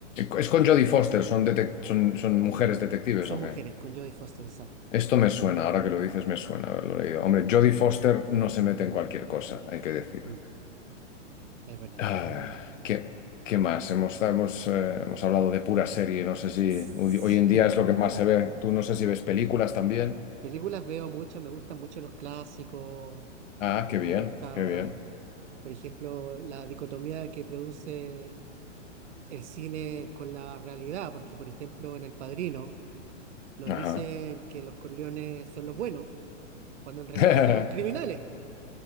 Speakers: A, on the left; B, on the right.
A: Es con Jodie Foster, ¿son, detec- son, son mujeres detectives
B: Son
A: o
B: mujeres
A: qué?
B: con Jodie Foster, exacto.
A: Esto me suena, ahora que lo dices me suena haberlo leído. Hombre, Jodie Foster no se mete en cualquier cosa, hay que decir.
B: Mm, es verdad,
A: Ah,
B: es verdad.
A: ¿qué, qué más? Hemos, hemos, eh, hemos hablado de pura serie, no sé si
B: Sí.
A: hoy, hoy en día
B: <laughs>
A: es lo que más se ve. Tú no sé si ves películas también.
B: Películas veo muchas, me gustan mucho los clásicos,
A: Ah, qué bien,
B: me gusta,
A: qué bien.
B: por ejemplo, la dicotomía que produce el cine con la realidad, porque por ejemplo en El Padrino, Nos
A: Ajá.
B: dicen que los Corleones son los buenos, cuando en realidad
A: <laughs>
B: son criminales.